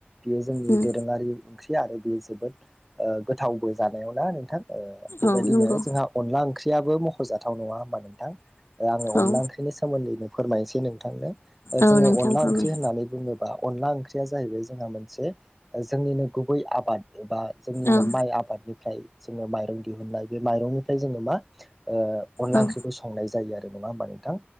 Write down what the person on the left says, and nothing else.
उम
औ नंगौ
औ
औ नोंथां
फोरमाय
औ
औ